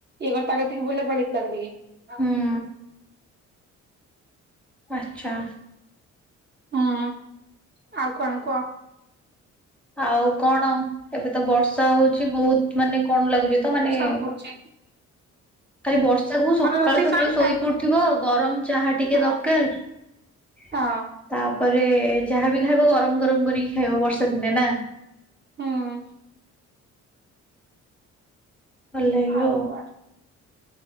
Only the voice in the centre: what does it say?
ହୁଁ ଆଚଛା
ଆଉ କଣ ଏବେ ତ ବର୍ଷା ହଉଛି ବହୁତ ମାନେ କଣ ଲାଗୁଛି ତ ମାନେ
ଖାଲି ବର୍ଷାକୁ ସକାଳୁ
ସକାଳୁ
ଶୋଇକ ଉଠଥିବ ଆଉ ଗରମ ଚାହା ଟିକେ
ଦରକାର
ତାପରେ ଯାହାବ ଖାଇବ ଗରମ ଗରମ କରିକି ଖାଇବ ବର୍ଷା ଦିନେ ନା
ଭଲଉ